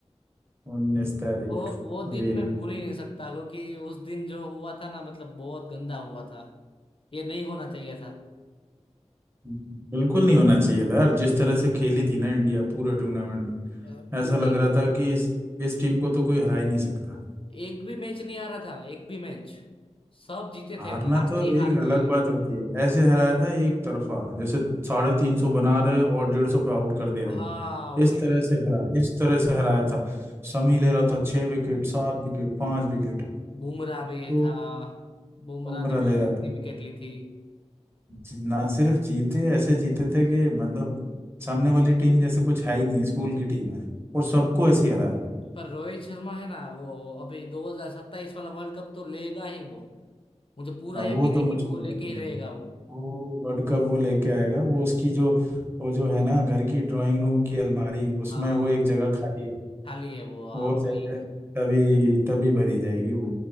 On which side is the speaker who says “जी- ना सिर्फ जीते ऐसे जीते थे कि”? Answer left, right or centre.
Right